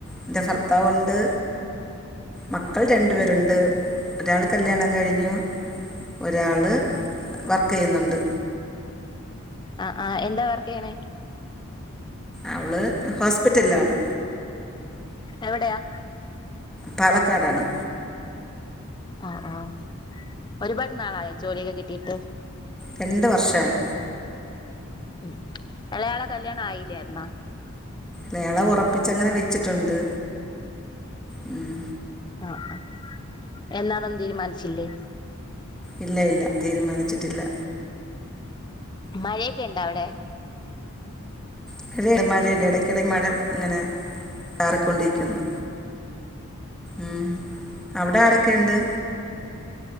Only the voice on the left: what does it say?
ആഹ് ആഹ് എന്താ വർക്കെ യ്യണേ?
എവിടെയാ?
ആഹ ആ. ഒരുപാട് നാളായോ ജോലിയൊക്കെ കിട്ടിയിട്ട്?
ഉം ഉം എളയാൾടെ കല്യാണം ആയില്ലായിരുന്നാ?
ആ ആ എന്നാന്നൊന്നും തീരുമാനിച്ചില്ലേ?
മയെക്കെ ഇണ്ടവിടെ?